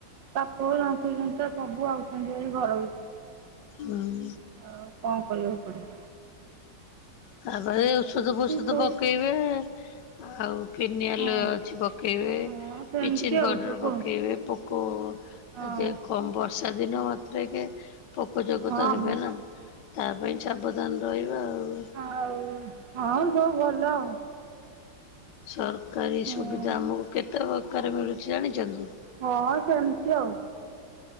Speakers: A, on the right; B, on the left.
A: ସାପ ଜନ୍ତୁ ଜୁନ୍ତା ସବୁ ଆଉଛନ୍ତି ଭାରି ଘର ଭିତରକୁ।
B: ହଁ
A: ଆଉ କଣ କରିବାକୁ ପଡିବ।
B: ତାପାଇଁ ଓଷଧ ଫୋଷଧ
A: ସବୁ
B: ପକେଇବେ। ଆଉ ଫିନିଆଲ
A: ହଁ
B: ଅଛି ପକେଇବେ,
A: ହଁ ସେମିତି
B: ବ୍ଲିଚିଙ୍ଗ ପାଉଡର
A: ଆଉ ସବୁ
B: ପକେଇବେ। ପୋକୋ
A: ଆଉ
B: ଆଜି କମ୍ ବର୍ଷା ଦିନ ମାତ୍ରେକେ ପୋକ ଜୋକତ
A: ହଁ ହଁ
B: ହେବେ
A: ହଁ
B: ନା ତା ପାଇଁ ସାବଧାନ ରହିବା ଆଉ।
A: ଆଉ ହଁ ସବୁ ଭଲ ଆଉ।
B: ସରକାରୀ
A: ଆଉ
B: ସୁବିଧା ଆମକୁ କେତେ ପ୍ରକାରେ ମିଳୁଛି ଜାଣିଛନ୍ତି?
A: ହଁ ସେମତି ଆଉ।